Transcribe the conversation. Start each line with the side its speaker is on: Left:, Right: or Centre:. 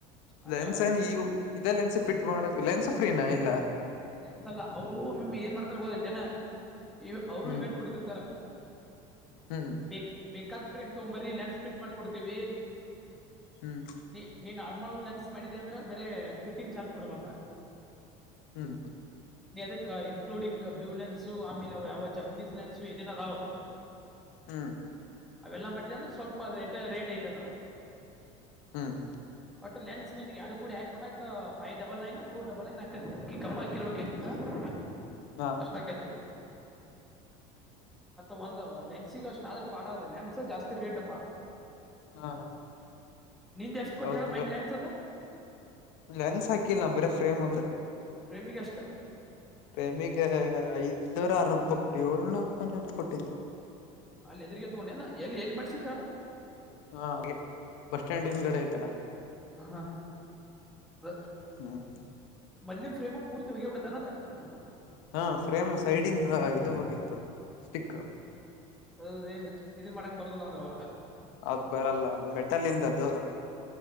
Centre: ಅಂದ್ರ
Left: ಲೆನ್ಸ್ ಏನ
Centre: ಇದು
Left: <unintelligible> ಇದೇ ಲೆನ್ಸ್ ಫಿಟ್ ಮಾಡಕ್ ಲೆನ್ಸ್ ಫ್ರೀನಾ ಇಲ್ಲ.
Centre: ಲೆನ್ಸ್ ಅಲ್ಲ ಅವರು ಮ ಏನ್ ಮಾಡ್ತಾರ ಹೋದೈತೆೇನೆ <unintelligible> ಇ ಅವರು
Left: ಹ್ಮ್
Centre: ಇವೆಂಟ್ ಬಿಡ್ತಿರ್ತಾರ. <unintelligible>
Left: ಹ್ಮ್
Centre: ಬೇಕಾದ ಫ್ರೇಮ್ ತಗೊಂಬರ್ರಿ ಲೆನ್ಸ್ <unintelligible> ಮಾಡಿಕೊಡ್ತೀವಿ
Left: ಹ್ಮ್
Centre: ನೀ ನೀನ್ <unintelligible> <unintelligible> ಲೆನ್ಸ್ ಮಾಡಿದ್ಯಾ ಅಂದ್ರೆ ಬರೀ ಫಿಟ್ಟಿಂಗ್ ಚಾರ್ಜ್ ಕೊಡ್ಬೇಕಾ.
Left: ಹ್ಮ್
Centre: <unintelligible> ಅದಕ್ಕೆ ಇನ್ಕ್ಲೂಡಿಂಗ್ ಬ್ಲೂ ಲೆನ್ಸು ಆಮೇಲೆ ಯಾವ ಜಪನೀಸ್ ಲ್ಲೆನ್ಸು <unintelligible>
Left: ಹ್ಮ್
Centre: ಅವೆಲ್ಲ ಮಾಡಿದ್ ಅಂದ್ರೆ ಸ್ವಲ್ಪೇ ರೇಟ್ <unintelligible> ಐತದ ಅವ್ರದು
Left: ಹ್ಮ್
Centre: ಒಟ್ಟು ಲೆನ್ಸ್ ನಿನ್ಗೆ ಎರಡು ಕೂಡಿ ಹಾಕ್ ಕೊಟ್ಟಕ್ ಫೈವ್ ಡಬಲ್ ನೈನ್. ಫೋರ್ ಡಬಲ್ಲ ನೈನ್ <unintelligible> ಅದಕ್ಕೆ <unintelligible>
Left: ಹಾ
Centre: <unintelligible>
Left: ಹಾ
Centre: ಅಷ್ಟಕತಿ ಮತ್ತ ಒಂದು ಲೆನ್ಸಿಗ ಅಷ್ಟ ಆದ್ರ <unintelligible> ಫಾಡ್ ಅದ ಲೆನ್ಸ್ ಜಾಸ್ತಿ ರೇಟ್ಪ.
Left: ಹಾ
Centre: ನಿಂದ ಎಷ್ಟು ಕೊಟ್ಟು
Left: ಹೌದ್
Centre: ಹೇಳ
Left: ತಗೋ
Centre: ಮೈನ್ ಲೆನ್ಸ್ ಅದು.
Left: ಲೆನ್ಸ್ ಹಾಕಿಲ್ಲ ನಾ <unintelligible> ಬರೀ ಫ್ರೇಮ್ ಒಂದೆ.
Centre: ಫ್ರೇಮಿಗ್ ಅಷ್ಟ
Left: <unintelligible> ಐದ್ನೂರ ಆರ್ನೂರು ರೂಪಾಯಿ ಕೊಟ್ಟು ಏಳ್ನೂರು ರೂಪಾಯಿನ <unintelligible> ಕೊಟ್ಟಿದ್ದ.
Centre: ಅಲ್ಲಿ ಎದ್ರೆಗೆ ತಗೊಂಡೆನ ಎಲ್ಲಿ ಎಲ್ಲಿ ಮಾಡ್ಸಿದ್ ಹೇಳ.
Left: ಹಾ <unintelligible> ಬಸ್ ಸ್ಟ್ಯಾಂಡ ಹಿಂದ್ಗಡೆ ಆಯ್ತಲ್ಲ.
Centre: ಹ ಹಾ <unintelligible>
Left: ಹ್ಮ್
Centre: ಮಲ್ಯ ಫ್ರೇಮ್ ಪೂರ್ತಿ <unintelligible> ತನ್ನದ <unintelligible>
Left: ಹಾ ಫ್ರೇಮ್ ಸೈಡಿಂದ ಇದು ಹೋಗಿತ್ತು ಸ್ಟಿಕ್.
Centre: ಹೌದ ಏನ್ ಇದನ್ ಮಾಡಕ್ ಬರದಲ್ಲ ಅಂದ್ರ. <unintelligible>
Left: ಅದ ಬರಲ್ಲ ಮೆಟಲಿಂದ್ ಅದು.